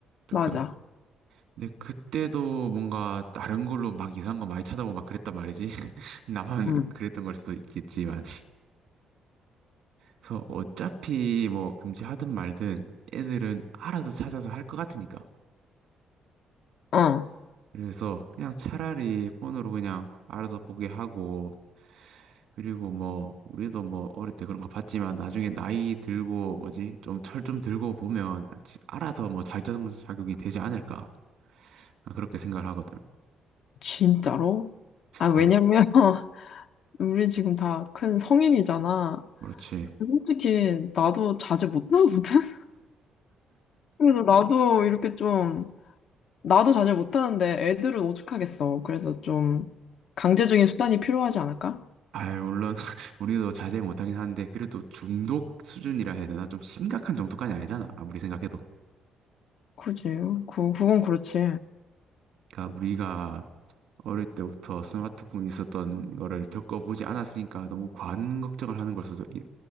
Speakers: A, on the right; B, on the left.
A: 조금.
B: 맞아.
A: 근데 그때도 뭔가 다른 걸로 막 이상한 거 많이 찾아보고 막 그랬단 말이지. <laughs> 나만
B: 음.
A: 그랬던 걸 수도 있겠지만. 그래서 어차피 뭐 금지하든 말든 애들은 알아서 찾아서 할 것 같으니까.
B: 어,
A: 그래서 그냥 차라리 폰으로 그냥 알아서 보게 하고, 그리고 뭐, 우리도 뭐 어릴 때 그런 거 봤지만 나중에 나이 들고 뭐지, 좀 철 좀 들고 보면 지- 알아서 뭐 자격, 자격이 되지 않을까. 나 그렇게 생각을 하거든.
B: 진짜로? 아, 왜냐면,
A: 아,
B: <laughs> 우리 지금 다 큰 성인이잖아.
A: 그렇지.
B: 솔직히, 나도 자제 못하거든? <laughs> 그래서 나도 이렇게 좀, 나도 자제 못하는데 애들은 오죽하겠어. 그래서 좀, 강제적인 수단이 필요하지 않을까?
A: 아 물론 <laughs> 우리도 자제 못하긴 하는데 그래도 중독 수준이라 해야 되나? 좀 심각한 정도까지 아니잖아. 아무리 생각해도.
B: 그지. 그, 그건 그렇지.
A: 그러니까 우리가 어릴 때부터 스마트폰이 있었던 거를 겪어보지 않았으니까 너무 과한 걱정을 하는 걸 수도 있,